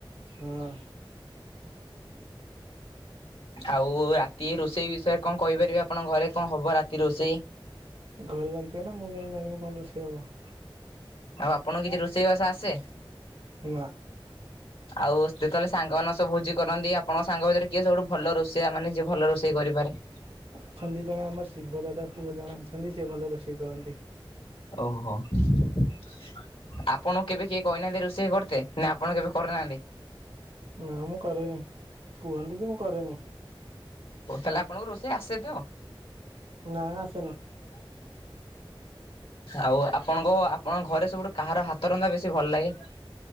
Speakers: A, on the right; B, on the left.
A: ହଁ।
B: ଆଉ ରାତି ରୋଷେଇ ବିଷୟରେ କଣ କହିପାରିବେ ଆପଣଙ୍କ ଘରେ କଣ ହବ ରାତି ରୋଷେଇ?
A: ଘରେ ଜାଣିଥିବେ ନା ମୁଁ କେମତି ଜାଣିବି କଣ ରୋଷେଇ ହବ।
B: ଆଉ ଆପଣଙ୍କୁ କିଛି ରୋଷେଇବାସ ଆସେ?
A: ନା।
B: ଆଉ ଯେତେବେଳେ ସାଙ୍ଗମାନଙ୍କ ସହ ଭୋଜି କରନ୍ତି ଆପଣଙ୍କ ସାଙ୍ଗ ଭିତରେ କିଏ ସବୁଠୁ ଭଲ ରୋଷେଇଆ ମାନେ ଯିଏ ଭଲ ରୋଷେଇ କରିପାରେ?
A: ଅଛନ୍ତି ଜଣେ ଆମ ଶିବ ଦାଦା ପୁଅ ଜଣେ ଅଛନ୍ତି ସେ ଭଲ ରୋଷେଇ କରନ୍ତି।
B: ଓହୋ। ଆପଣଙ୍କୁ କେବେ କେହି କହିନାହାନ୍ତି ରୋଷେଇ କରତେ? ନା ଆପଣ କେବେ କରିନାହାନ୍ତି?
A: ନା ମୁଁ କରେନି କୁହନ୍ତି ଯେ ମୁଁ କରେନି।
B: ଓ ତାହେଲେ ଆପଣଙ୍କୁ ରୋଷେଇ ଆସେ ତ?
A: ନା ଆସେନି।
B: ଆଉ ଆପଣଙ୍କ ଆପଣଙ୍କ ଘରେ ସବୁଠୁ କାହାର ହାତ ରନ୍ଧା ବେଶୀ ଭଲ ଲାଗେ?